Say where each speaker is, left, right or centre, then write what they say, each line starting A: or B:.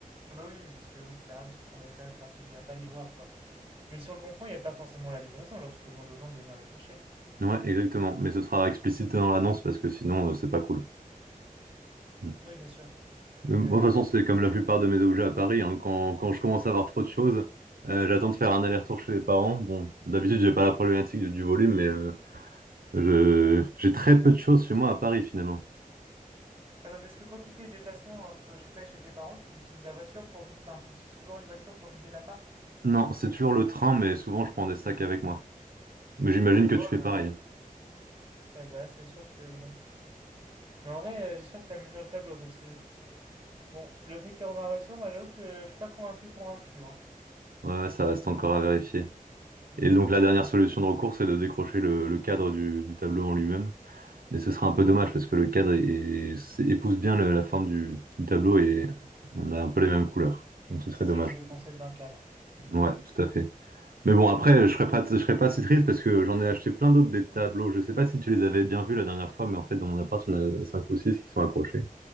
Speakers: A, on the right; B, on the right.
A: Ah bah oui, oui, parce que oui, ça sert à rien de tout trimballer toi-même. Enfin, tu viens pas livreur, quoi. Mais sur le bon coin, il n'y a pas forcément la livraison. Genre, tu peux demander aux gens de venir le chercher.
B: Ouais, exactement. Mais ce sera explicité dans l'annonce parce que sinon, euh, c'est pas cool. Mm.
A: Oui, bien sûr.
B: Mais Moi,
A: Euh...
B: de toute façon, c'est comme la plupart de mes objets à Paris. hein. Quand, quand je commence à avoir trop de choses, euh, j'attends de faire un aller-retour chez les parents. Bon, d'habitude, j'ai pas la problématique du, du volume, mais euh, je, j'ai très peu de choses chez moi à Paris, finalement.
A: Ah non, parce que quand tu fais des déplacements entre chez toi et chez tes parents, tu utilises la voiture pour vider. Enfin, tu utilises toujours une voiture pour vider l'appart?
B: Non, c'est toujours le train, mais souvent, je prends des sacs avec moi. Mais j'imagine que
A: Oh
B: tu
A: là
B: fais pareil.
A: là. Ouais, bah là, c'est sûr que bon. Mais en vrai, euh, j'espère que ça mesure le tableau parce que, bon, le fait qu'il rentre dans la voiture, moi j'avoue que je suis pas convaincu, convaincu, hein.
B: Ouais, ouais, ça reste encore à vérifier.
A: Mm.
B: Et donc, la dernière solution de recours, c'est de décrocher le, le cadre du, du tableau en lui-même. Mais ce sera un peu dommage parce que le cadre est- est- épouse bien le- la forme du du tableau et on a un peu les mêmes couleurs. Donc, ce serait
A: C'est
B: dommage.
A: c'est le concept d'un cadre de tableau.
B: Ouais, tout à fait. Mais bon, après, je serais pas, je serais pas si triste parce que j'en ai acheté plein d'autres des tableaux. Je sais pas si tu les avais bien vus la dernière fois, mais en fait, dans mon appart, il y en a cinq ou six qui sont accrochés.